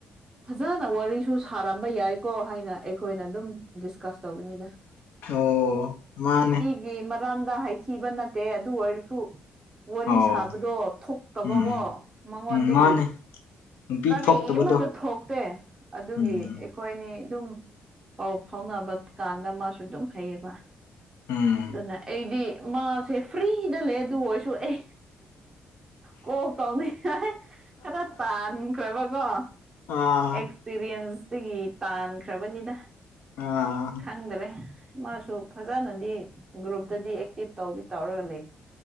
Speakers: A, on the right; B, on the left.
A: ꯐꯖꯅ ꯋꯥꯔꯤꯁꯨ ꯁꯥꯔꯝꯕ ꯌꯥꯏꯀꯣ ꯍꯥꯏꯅ ꯑꯩꯈꯣꯏꯅ ꯑꯗꯨꯝ ꯗꯤꯁꯀꯁ ꯇꯧꯕꯅꯤꯗ
B: ꯑꯣ ꯃꯥꯅꯦ
A: ꯒꯤ ꯃꯔꯝꯗ ꯍꯥꯏꯈꯤꯕ ꯅꯠꯇꯦ ꯑꯗꯨ ꯑꯣꯏꯔꯁꯨ ꯋꯥꯔꯤ
B: ꯑꯣ
A: ꯁꯥꯕꯗꯣ ꯊꯣꯛꯇꯕꯀꯣ
B: ꯎꯝ
A: ꯃꯉꯣꯟꯗꯒꯤ
B: ꯎꯝ ꯃꯥꯅꯦ ꯅꯨꯄꯤ
A: ꯀꯔꯤꯃꯠꯇ
B: ꯊꯣꯛꯇꯕꯗꯣ
A: ꯊꯣꯛꯇꯦ ꯑꯗꯨꯒꯤ
B: ꯎꯝ
A: ꯍꯣꯏꯅꯦ ꯑꯗꯨꯝ ꯄꯥꯎ ꯐꯥꯎꯅꯕ ꯀꯥꯟꯗ ꯃꯥꯁꯨ ꯑꯗꯨꯝ ꯍꯩꯌꯦꯕ
B: ꯎꯝ
A: ꯑꯗꯨꯅ ꯑꯩꯗꯤ ꯃꯥꯁꯦ ꯐ꯭ꯔꯤꯗ ꯂꯩ ꯑꯗꯨ ꯑꯣꯏꯔꯁꯨ ꯑꯦ ꯀꯣꯛ ꯇꯧꯅꯤ ꯈꯔ ꯇꯥꯟꯈ꯭ꯔꯕꯀꯣ
B: ꯑꯥ
A: ꯑꯦꯛꯁꯄꯔꯤꯌꯦꯟꯁꯇꯒꯤ ꯇꯥꯟ ꯈ꯭ꯔꯕꯅꯤꯗ
B: ꯑꯥ
A: ꯈꯪꯗꯔꯦ ꯃꯥꯁꯨ ꯐꯖꯅꯗꯤ ꯒ꯭ꯔꯨꯞꯇꯗꯤ ꯑꯦꯛꯇꯤꯚ ꯇꯧꯗꯤ ꯇꯧꯔꯒ ꯂꯩ